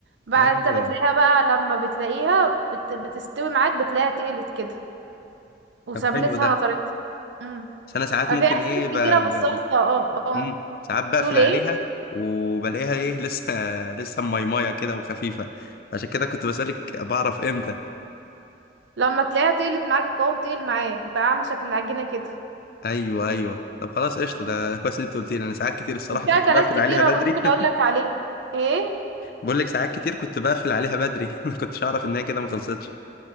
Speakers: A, on the right; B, on the left.
A: بقى
B: ايوه
A: انت بتلاقيها بقى لما بتلاقيها بت... بتستوي معاك بتلاقيها تقلت كده وسمنتها
B: طب حلو ده
A: نطرت امم
B: بس انا ساعات
A: ففي
B: ممكن ايه
A: حاجات
B: ب...
A: كتيره
B: ب...
A: بالصلصه اه اه
B: مم. ساعات بقفل
A: تقول ايه
B: عليها وبلاقيها ايه <laughs> لسه لسه ميمية كده وخفيفة عشان كده كنت بسألك بعرف امتى
A: لما تلاقيها تقلت معاك القوام تقل معاك بقى عامل شكل العجينه كده
B: ايوه ايوه طب خلاص قشطة ده ده كويس ان انت قلت لي انا ساعات كتير الصراحة
A: وفي
B: كنت
A: اكلات
B: بقفل عليها
A: كتيره
B: بدري
A: ممكن اقول لك
B: <laughs>
A: عليها ايه
B: بقول لك ساعات كتير كنت بقفل عليها بدري <laughs> ما كنتش اعرف ان هي كده ما خلصتش